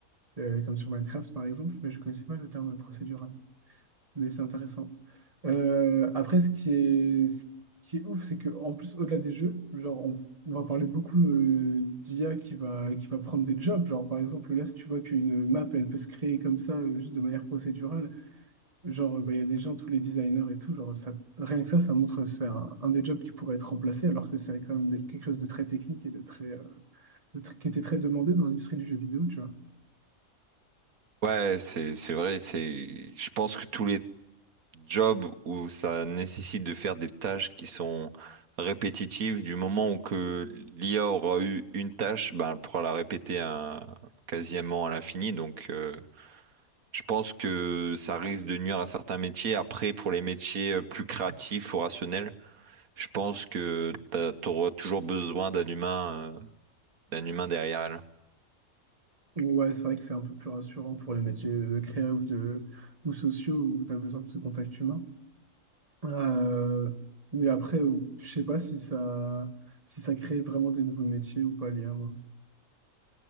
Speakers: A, on the right; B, on the right.
A: euh, comme sur Minecraft par exemple, mais je connaissais pas le terme procédural. Mais c'est intéressant. Euh, après, ce qui est, ce qui est ouf, c'est que en plus, au-delà des jeux, genre, on, on va parler beaucoup euh, d'IA qui va, qui va prendre des jobs. Genre, par exemple, là, si tu vois qu'une map, elle peut se créer comme ça, euh, juste de manière procédurale. Genre, bah, il y a des gens, tous les designers et tout, genre, ça, rien que ça, ça montre que c'est un, un des jobs qui pourrait être remplacé, alors que c'est quand même des- quelque chose de très technique et de très, euh, de tr- qui était très demandé dans l'industrie du jeu vidéo, tu vois.
B: Ouais, c'est c'est vrai, c'est je pense que tous les jobs où ça nécessite de faire des tâches qui sont répétitives, du moment où que l'IA aura eu une tâche, ben elle pourra la répéter à- quasiment à l'infini, donc euh, Je pense que ça risque de nuire à certains métiers. Après, pour les métiers euh, plus créatifs ou rationnels, je pense que tu auras toujours besoin d'un humain, euh, d'un humain derrière elle.
A: Ouais, c'est vrai que c'est un peu plus rassurant pour les métiers de créa ou, de, ou sociaux où tu as besoin de ce contact humain. Euh, mais après, euh, je sais pas si ça, si ça crée vraiment des nouveaux métiers ou pas, l'IA, moi.